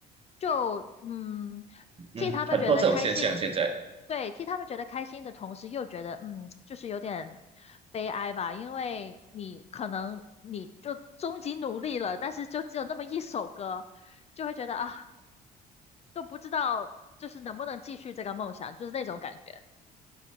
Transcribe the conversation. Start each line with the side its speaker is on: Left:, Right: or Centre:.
Left: 就嗯，
Right: 嗯，
Left: 替他们觉得开心，
Right: 很多这种现象现在。
Left: 对，替他们觉得开心的同时，又觉得嗯，就是有点悲哀吧，因为你可能你就终极努力了，但是就只有那么一首歌，就会觉得啊，都不知道就是能不能继续这个梦想，就是那种感觉。